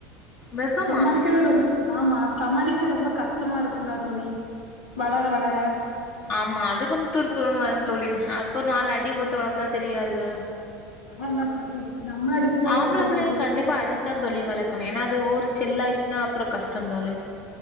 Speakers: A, on the left; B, on the left.
A: வெஷமா
B: சமாலிகவே ரொம் ஆமா சமாளிக்க ரொம்ப கஷ்டமா இருக்கும்லா தோழி வளர வளர
A: ஆமா அது கொஞ் தூர் தூர்ன்னு வரு தோழி அப்போ நாலு அடி போட்டு வள தா தெரியாத தா
B: <unintelligible> அடிச்சிட
A: ஆம்பள
B: கூடாதுல
A: புள்ளய
B: தோழி
A: கண்டிப்பா அடிச்சுதா தோழி வள அ ஏன்னா அது ஓவொரு செல்லட்டுனா அப்புறோ கஷ்டம் தோழி